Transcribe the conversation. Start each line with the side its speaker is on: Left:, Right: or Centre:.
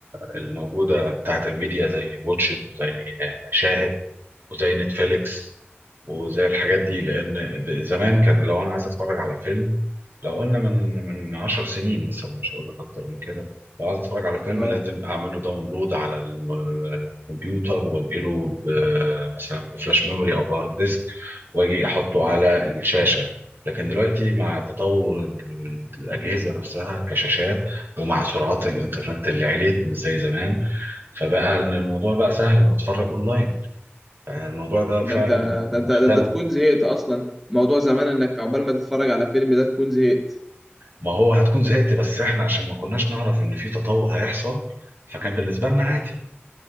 Right: الموجودة بتاعت الميديا زي واتشد وزي آه، شاهد وزي نتفليكس وزي الحاجات دي لان د- زمان كان لو انا عايز اتفرج على فيلم لو قلنا من من 10 سنين مثلا مش هقول لك اكتر من كده لو عايز اتفرج على فيلم
Centre: اه
Right: لازم اعمل له داونلود على ال- الكمبيوتر وانقله ب- مثلا بفلاش ميموري او بهارد ديسك واجي احطه على الشاشه لكن دلوقتي مع تطور ال- الاجهزه نفسها كشاشات ومع سرعات الانترنت اللي عليت مش زي زمان فبقى إن الموضوع بقى سهل انك تتفرج اونلاين يعني الموضوع ده فعلا
Centre: ده انت ده انت
Right: اختلف
Centre: ده انت تكون زهقت اصلا موضوع زمان انك عقبال ما تتفرج على فيلم ده تكون زهقت
Right: ما هو هتكون زهقت بس احنا عشان ما كناش نعرف ان في تطور هيحصل فكان بالنسبه لنا عادي